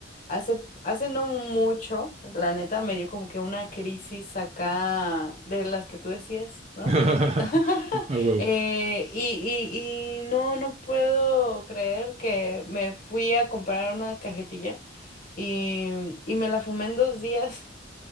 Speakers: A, on the left (about 45°); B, on the right (about 35°).
A: hace, hace no mucho, la neta, me dio como que una crisis acá de las que tú decías, ¿no?
B: <laughs>
A: <laughs>
B: A huevo.
A: Eh, y, y, y no, no puedo creer que me fui a comprar una cajetilla y, y me la fumé en dos días.